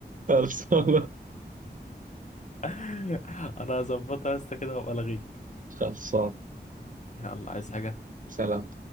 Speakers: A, on the right (about 50°); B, on the left (about 45°).
A: خلصان
B: <laughs> انا هظبطها يا اسطى كده وابقى الغيك
A: <laughs> خلصان
B: يلا عايز حاجه
A: سلام